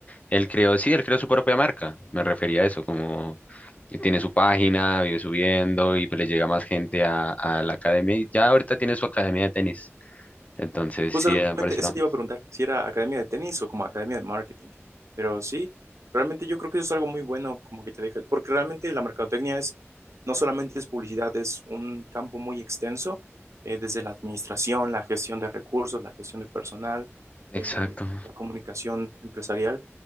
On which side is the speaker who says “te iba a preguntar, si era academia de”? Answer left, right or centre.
Right